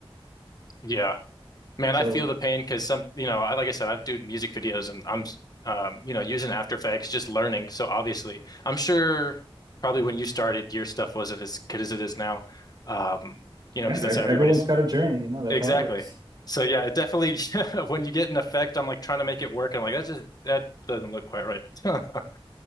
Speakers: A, on the left; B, on the right.
A: Yeah. Man,
B: So
A: I feel the pain because some, you know, I like I said, I've do music videos and I'm um, you know, using After Effects, just learning. So obviously, I'm sure probably when you started, your stuff wasn't as good as it is now. Um, you
B: Yeah,
A: know, because
B: ev-
A: that's how
B: everyone's
A: everybody's
B: got a journey, you know, that's
A: Exactly.
B: how it works.
A: So yeah, it definitely <laughs> when you get an effect, I'm like trying to make it work. I'm like, that just that doesn't look quite right. <laughs>